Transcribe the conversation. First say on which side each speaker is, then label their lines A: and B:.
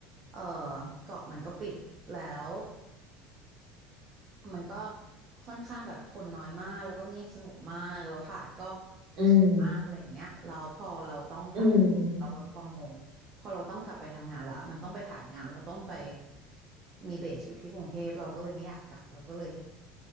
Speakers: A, on the right (about 25°); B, on the right (about 40°).
A: เออเกาะมันก็ปิดแล้ว มันก็ค่อนข้างแบบคนน้อยมากแล้วก็เงียบสงบมากแล้วหาดก็
B: อืมอืม
A: สวยมากอะไรอย่างเงี้ยแล้วพอเราต้องกลับเรา
B: อืมอืม
A: work from home พอเราต้องกลับไปทำงานละมันต้องไปถ่ายงานเราต้องไปมีเบสอยู่ที่กรุงเทพเราก็เลยไม่อยากกลับเราก็เลย